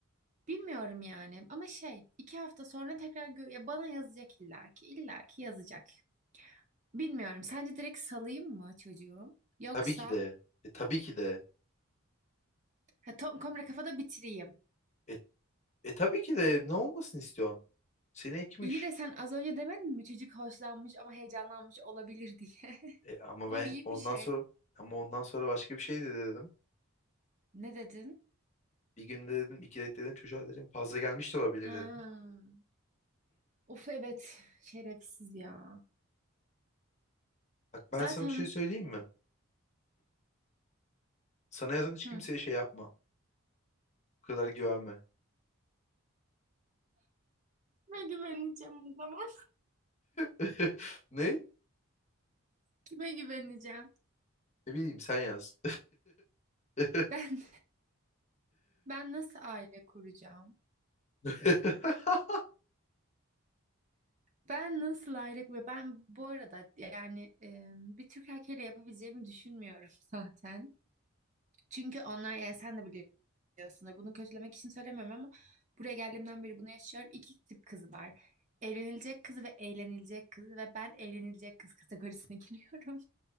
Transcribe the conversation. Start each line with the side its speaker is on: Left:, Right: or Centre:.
Right: bilmiyorum yani. Ama şey iki hafta sonra tekrar gö- ya bana yazacak illaki illaki yazacak. Bilmiyorum. Sence direkt salayım mı çocuğu? Yoksa
Left: Tabii ki de. E tabii ki de.
Right: Ha, tam komple kafada bitireyim.
Left: E, e tabii ki de ne olmasını istiyorsun? Seni ekmiş.
Right: İyi de sen az önce demedin mi çocuk hoşlanmış ama heyecanlanmış olabilir diye. <laughs>
Left: E, ama
Right: O
Left: ben
Right: iyi
Left: ondan
Right: bir şey.
Left: sonra ama ondan sonra başka bir şey de dedim.
Right: Ne dedin?
Left: Bir günde dedim iki date dedim çocuğa dedim fazla gelmiş de olabilir
Right: Ha.
Left: dedim.
Right: Of evet. Şerefsiz ya.
Left: Bak ben
Right: Zaten
Left: sana bir şey söyleyeyim mi? Sana yazan hiç
Right: hı.
Left: kimseye şey yapma. Bu kadar güvenme.
Right: Kime güveneceğim o zaman?
Left: <laughs> Ne?
Right: <laughs> Kime güveneceğim?
Left: Ne bileyim sen yaz. <laughs>
Right: Ben ben nasıl aile kuracağım?
Left: <laughs>
Right: Ben nasıl aile kuracağım? Ben bu arada yani e, bir Türk erkeğiyle yapabileceğimi düşünmüyorum <laughs> zaten. Çünkü onlar yani sen de biliyorsunlar Bunu kötülemek için söylemiyorum ama buraya geldiğimden beri bunu yaşıyorum. İki tip kız var. Evlenilecek kız ve eğlenilecek kız ve ben eğlenilecek kız kategorisine <laughs> giriyorum.